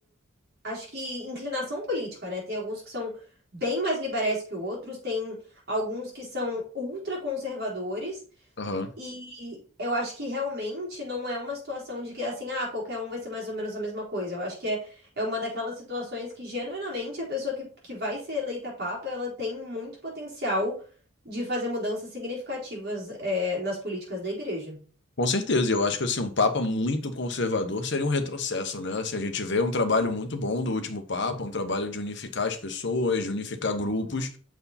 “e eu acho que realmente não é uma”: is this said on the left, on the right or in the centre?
Right